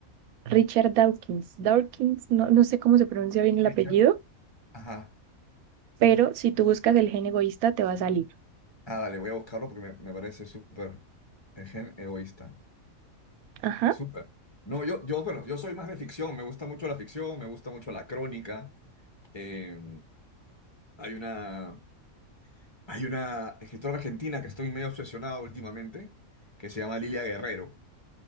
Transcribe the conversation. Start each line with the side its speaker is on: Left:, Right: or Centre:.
Right: Richard Dawkins. Dawkins, no, no sé cómo se pronuncia bien el
Left: Richard.
Right: apellido,
Left: Ajá.
Right: pero si tú buscas el gen egoísta te va a salir.
Left: Ah, dale, voy a buscarlo porque me, me parece súper eh, gen egoísta.
Right: Ajá,
Left: Súper. No, yo, yo, bueno, yo soy más de ficción, me gusta mucho la ficción, me gusta mucho la crónica. Eh, hay una, hay una escritora argentina que estoy medio obsesionado últimamente, que se llama Lilia Guerrero,